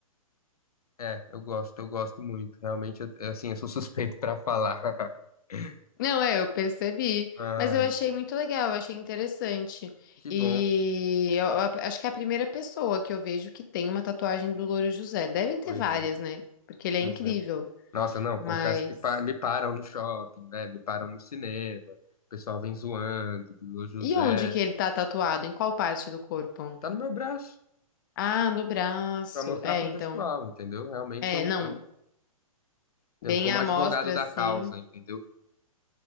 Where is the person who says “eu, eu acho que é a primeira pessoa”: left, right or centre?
Left